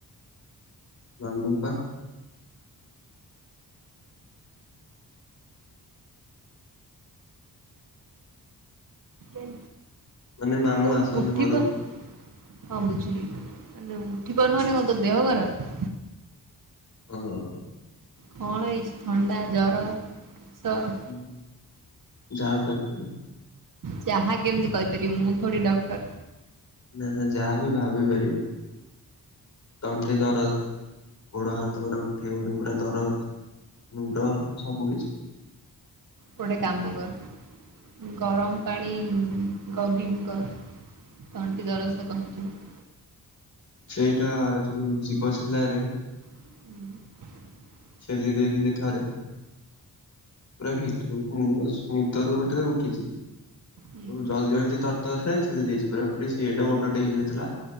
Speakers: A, on the left; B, on the right.
A: ମାମୁଁ ପା।
B: ଏ
A: ମାନେ ମାମୁଁ
B: ତ
A: ଆସନ୍ତି
B: ଉଠି
A: ଘରକୁ
B: ପର ହଁ ବୁଝିଲି ଆ ଉଠି ପାରୁନୁ ମାନେ କଣ ତ ଦେହ ଖରାପ।
A: ହଁ।
B: କଣ ହେଇଚି ଥଣ୍ଡା ଜର କାସ
A: ହଁ ଯାହା ବି ଭାବି ପାରିବ।
B: ଯାହା କେମିତି କହିପାରିବି ମୁଁ ଥଡି ଡକ୍ଟର।
A: ନା ନା ଯାହା ବିି ଭାବି ପାରିବ। ତଣ୍ଟି ଦରଜ ଗୋଡ ହାତ ପୁରା ଉଠେଇ ହଉନି ପୁରା ଦରଜ। ମୁଣ୍ଡ ସବୁ କିଛି।
B: ଗୋଟେ କାମ କର ଗରମ ପାଣି ଗଗଲିଙ୍ଗ କର। ତଣ୍ଟି ଦରଜ ତ କମିଯିବ।
A: ସେଇଟା ଯୋଉ ଯିବ ଛେଲାରେ
B: ହୁଁ।
A: ଛେଲି ଦେଇିଥିଲି ଥରେ ପୁରା ଭିତରୁକୁ ମୁ ବାସ ନିଦରୁ ଗୋଟେ ଉଠିଚି।
B: ହୁଁ
A: ଜଲଦି ଜଲଦି ତର ତର ରେ ଛେଲି ଦେଇଚି ପୁରା ପୁରି ସିଏ ଏଡ଼େ ବଡ ଟେ ହେଇଯାଇଥିଲା।